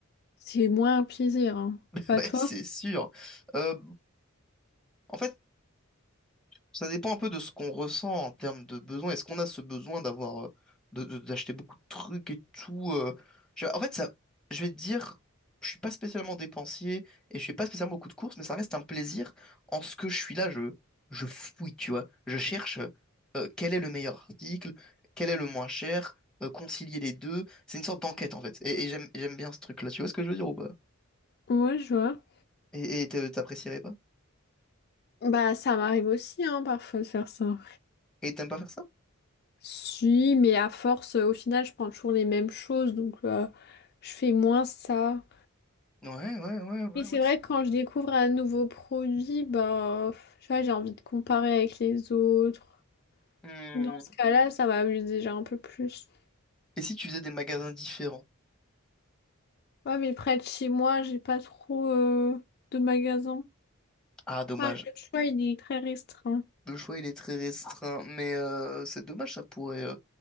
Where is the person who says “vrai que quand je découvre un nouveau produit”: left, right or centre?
Left